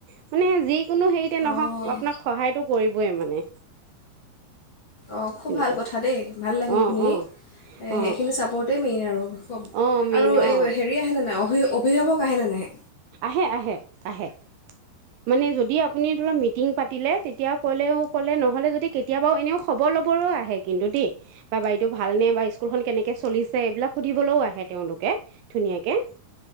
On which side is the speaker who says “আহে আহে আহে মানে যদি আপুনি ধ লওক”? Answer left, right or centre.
Right